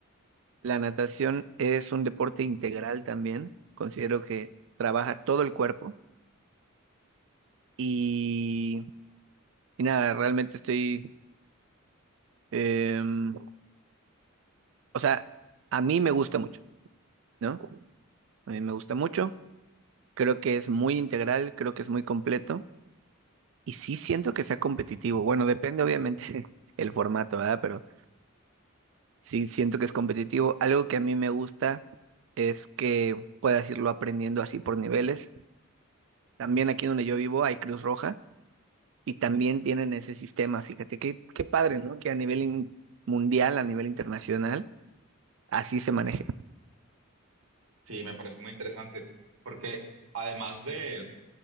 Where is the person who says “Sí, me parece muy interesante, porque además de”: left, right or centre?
Right